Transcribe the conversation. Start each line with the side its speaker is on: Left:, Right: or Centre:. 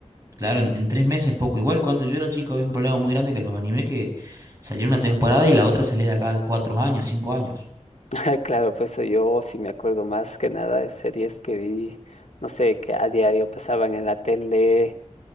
Right: claro, en, en tres meses poco. Igual cuando yo era chico había un problema muy grande que los animé que salía una temporada y la otra salía de acá cuatro años, cinco años.
Left: <laughs> Claro, pues soy yo sí me acuerdo más que nada de series que vi, no sé, que a diario pasaban en la tele